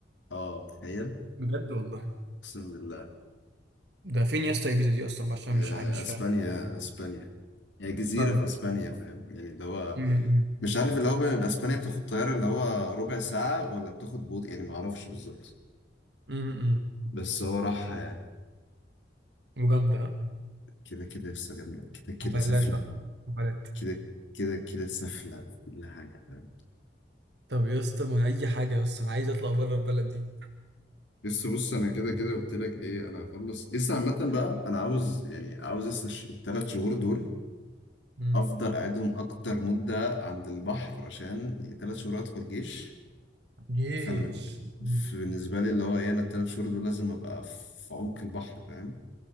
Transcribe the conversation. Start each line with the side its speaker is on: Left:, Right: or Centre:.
Left: اه تخيل
Right: بجد والله
Left: اقسم بالله
Right: ده فين يا اسطى ايبيزا دي اصلا بقى عشان
Left: آه،
Right: مش عارف مش
Left: اسبانيا
Right: فاهم
Left: اسبانيا هي جزيره
Right: اسبانيا
Left: في اسبانيا فاهم يعني اللي هو
Right: امم
Left: مش عارف اللي هو من اسبانيا بتاخد طياره اللي هو ربع ساعه ولا بتاخد بوط يعني ما اعرفش بالظبط
Right: امم
Left: بس هو راحه يعني
Right: وجامده ها؟
Left: كده كده لسه جامده كده كده
Right: حفلات
Left: سفله
Right: بقى حفلات
Left: كده كده كده سفله في كل حاجه فاهم
Right: طب يا اسطى ما اي حاجه يا اسطى انا عايز اطلع بره البلد دي
Left: لسه بص انا كده كده قلت لك ايه انا هخلص لسه عامه بقى انا عاوز يعني عاوز لسه الثلاث شهور دول
Right: امم
Left: افضل اقعدهم اكتر مده عند البحر عشان ثلاث شهور ادخل جيش
Right: جيش
Left: فانا بن...
Right: مم.
Left: ف- بالنسبه لي اللي هو ايه انا الثلاث شهور دول لازم ابقى في عمق البحر فاهم